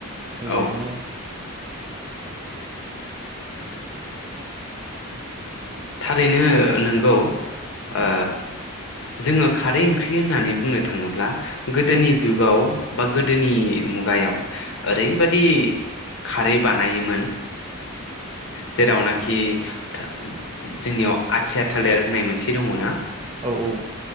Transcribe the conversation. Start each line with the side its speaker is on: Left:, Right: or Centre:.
Right: बेबायदिनो
Left: औ थारैनो नंगौ ओ जोङो खारै ओंख्रि होननानै बुंनो थाङोब्ला गोदोनि जुगाव बा गोदोनि मुगायाव ओरैबादि खारै बानायोमोन जेरावनाखि ओ जोंनियाव आथिया थालिर होननाय मोनसे दङ ना
Right: औ औ